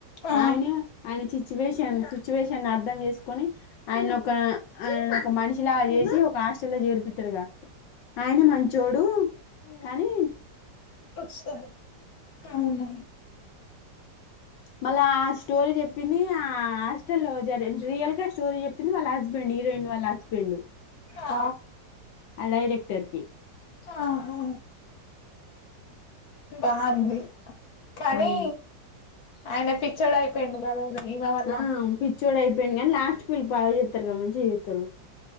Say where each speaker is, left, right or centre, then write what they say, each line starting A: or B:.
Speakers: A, on the left; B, on the left.
A: ఆ
B: ఆయనే ఆయనే సిచూవేషన్ సిచూవేషన్ అర్థం చెస్ కని ఆయన ఒక ఆయన ఒక మనిషిలాగా చేసి ఒక హాస్టల్ లో చేర్పిస్తాడుగా ఆయన మంచోడు కానీ
A: సర అవున
B: మళ్ళా ఆ స్టోరీ చెప్పింది ఆ హాస్టల్లో లో జరి రియల్ గా స్టోరీ చెప్పింది వాళ్ళ హస్బెండ్ తీ రెండు వాలచ్చపిడు
A: ఆ
B: అలా రెక్టర్కి
A: ఆహూ బాంది కానీ
B: ఉమ్.
A: ఆయన పిచ్చోడు అయిపోయిండు కదా ఈమె వల్ల
B: ఆ పిచ్చోడు అయిపోయిండు కానీ లాస్ట్ వీళ్లు బాగా చేత్తారు క మంచిగ చేతారు